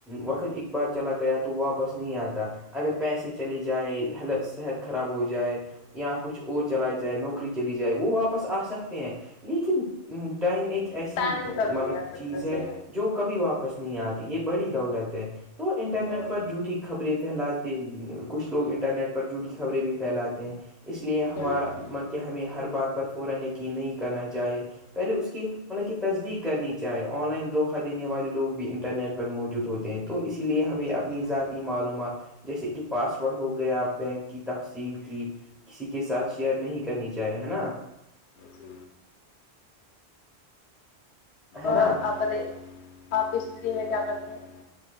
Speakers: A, in the centre; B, on the left (about 75°).
A: وقت اک بار چلا گیا تو واپس نہیں آتا اگر پیسے چلے جائےل صحت خراب ہو جائے یااں کچھ اور چلا جائے نوکری چلی جائے وہ واپس آ سکتے ہیں لیکن ٹائم ایک
B: نہیں
A: ایسی
B: ٹائم کا
A: مطلب
B: بھی نہیں آ
A: کی
B: سکتا
A: چیز ہے
B: صحیح
A: جو کبھی واپس نہیں آتی یہ بڑی دولت ہے تو انٹرنیٹ
B: ہوں
A: پر جوٹھی خبریں پھیلاتے کچھ لوگ انٹرنیٹ پر جڑی خبریں بھی پھیلاتے ہیں اس لیے ہمارا
B: ہوں
A: بلکہ ہمیں ہر بات پر فورا یقین نہیں کرنا چاہیے پہلے اس کی مطلب کہ تصدیق کرنی چاہے آن لائن دھوکھا دینے والے لوگ بھی انٹرنیٹ پر موجود ہوتے ہیں تو اسی لیے ہمیں
B: جی
A: اپنی
B: جی
A: ذاتی معلومات جیسے کہ پاس ورڈ ہو گیا بینک کی تفصیل کی کسی کے ساتھ شیئر نہیں کا نیچا آئے ہے نا
B: جی
A: ہے نا
B: اور آپ ب آپ ہسٹی میں کیا کرتے ہیں